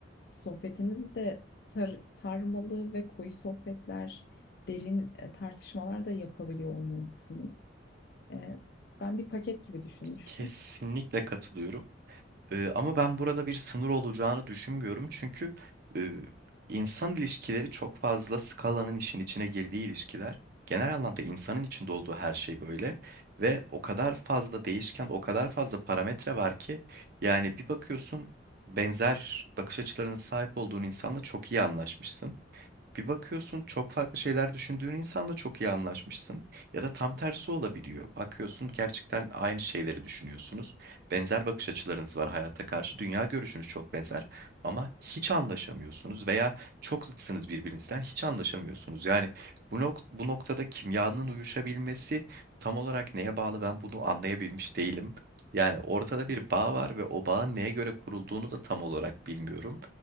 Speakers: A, on the left; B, on the right.
A: Sohbetiniz de sar- sarmalı ve koyu sohbetler, derin e, tartışmalar da yapabiliyor olmalısınız. E, ben bir paket gibi düşünmüştüm.
B: Kesinlikle katılıyorum. Ee, ama ben burada bir sınır olacağını düşünmüyorum. Çünkü e, insan ilişkileri çok fazla skalanın işin içine girdiği ilişkiler. Genel anlamda insanın içinde olduğu her şey böyle. Ve o kadar fazla değişken, o kadar fazla parametre var ki yani bir bakıyorsun benzer bakış açılarına sahip olduğun insanla çok iyi anlaşmışsın. Bir bakıyorsun çok farklı şeyler düşündüğün insanla çok iyi anlaşmışsın. Ya da tam tersi olabiliyor. Bakıyorsun gerçekten aynı şeyleri düşünüyorsunuz. Benzer bakış açılarınız var hayata karşı. Dünya görüşünüz çok benzer ama hiç anlaşamıyorsunuz veya çok zıtsınız birbirinizden hiç anlaşamıyorsunuz. Yani bu nok- bu noktada kimyanın uyuşabilmesi tam olarak neye bağlı ben bunu anlayabilmiş değilim. Yani ortada bir bağ var ve o bağın neye göre kurulduğunu da tam olarak bilmiyorum.